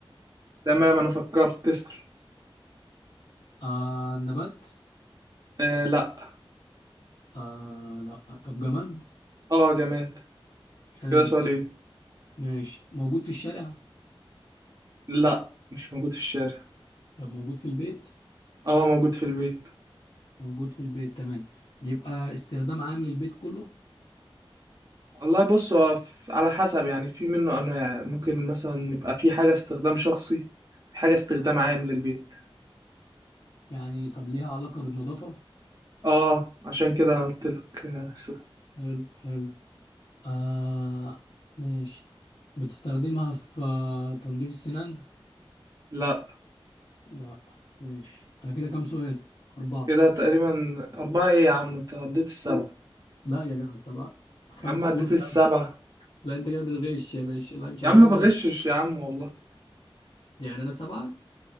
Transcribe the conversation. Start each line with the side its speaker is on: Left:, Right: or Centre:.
Right: تمام انا فكرت تسأل
Left: آه نبات
Right: آه لا
Left: آه لا طب جماد
Right: اه جماد
Left: حلو
Right: كده سؤال ايه
Left: ماشي موجود في الشارع
Right: لا مش موجود في الشارع
Left: طب موجود في البيت
Right: اه موجود في البيت
Left: موجود في البيت تمام بيبقى استخدام عام للبيت كله
Right: والله بص هو ف- على حسب يعني في منه انواع ممكن مثلا يبقى في حاجة استخدام شخصي في حاجة استخدام عام للبيت
Left: يعني طب ليها علاقة بالنظافة
Right: اه عشان كده انا قلت لك آه س-
Left: حلو حلو آه ماشي بتستخدمها في آه، تنظيف السنان
Right: لا
Left: لا ماشي انا كده كام سؤال اربعة
Right: كده تقريبا اربعة ايه يا عم انت عديت السبعة
Left: لا يا جدع سبعة خمسة
Right: يا عم عديت
Left: قول خمسة
Right: السبعة
Left: لا انت كده بتغش يا باشا لا مش
Right: يا
Left: عايزين
Right: عم ما بغشش
Left: غش
Right: يا عم والله
Left: يعني انا سبعة